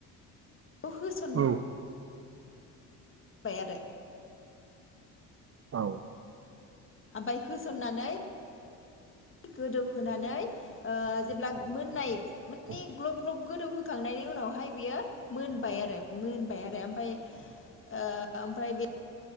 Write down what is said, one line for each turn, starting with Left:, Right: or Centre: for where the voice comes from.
Left: ओ होस
Right: औ
Left: बाय आरो
Right: औ नंगौ औ औ औ
Left: ओमफाय होसननानै गोदौहोनानै ओ जेब्ला मोननाय माने
Right: औ
Left: ग्लब ग्लब गोदौहोखांनायनि उनावहाय बियो मोनबाय आरो मोनबाय आरो ओमफ्राय ओ ओमफ्राय बे